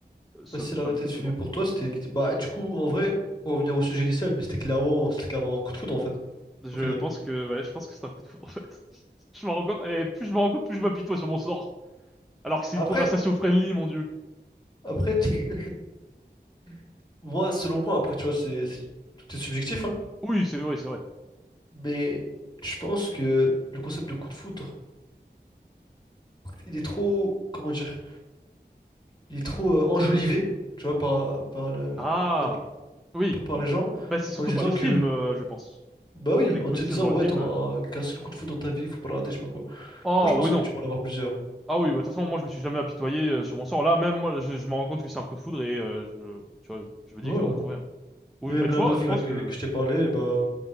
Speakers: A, in the centre; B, on the left.
A: euh, ce
B: Bah, si
A: fameux
B: elle a arrêté
A: coup
B: de
A: de
B: fumer
A: foudre.
B: pour toi, c'était. litt- Bah, du coup, en vrai, pour revenir au sujet initial, mais c'était clairement... c'était clairement un coup de foudre, en fait,
A: Je
B: au final.
A: pense que, ouais, je pense que c'est un coup de foudre, en fait. <laughs> Je me rends compte, et plus je me rends compte, plus je m'apitoie sur mon sort. Alors que c'est
B: Après,
A: une conversation friendly, mon Dieu.
B: après, tu- <laughs> moi, selon moi, après, tu vois, c'est c'est- tout est subjectif, hein.
A: Oui, c'est vrai, c'est vrai.
B: Mais je pense que le concept de coup de foudre. il est trop, comment dire, il est trop euh, enjolivé, tu vois, par, par, le- la-
A: Ah,
B: la-
A: oui.
B: par par
A: Ou-
B: les gens,
A: Bah, c'est surtout
B: en disant
A: par les
B: que,
A: films, euh, je pense.
B: bah oui,
A: C'est les
B: en
A: coups
B: te
A: de
B: disant,
A: tir dans le
B: ouais,
A: film.
B: t'auras
A: euh.
B: qu'un seul coup de foudre dans ta vie, faut pas le rater, je sais pas quoi.
A: Oh,
B: Moi, je pense
A: oui, non.
B: que tu peux en avoir plusieurs.
A: Ah oui, bah, de toute façon, moi, je me suis jamais apitoyé euh, sur mon sort. Là, même moi, je, je me rends compte que c'est un coup de foudre et euh, je, tu vois, je, je me dis
B: Ouais.
A: que je vais en trouver un. Oui,
B: Et même
A: bah, tu
B: la
A: vois,
B: meuf,
A: je pense
B: là, que,
A: que,
B: que je t'ai parlé, bah,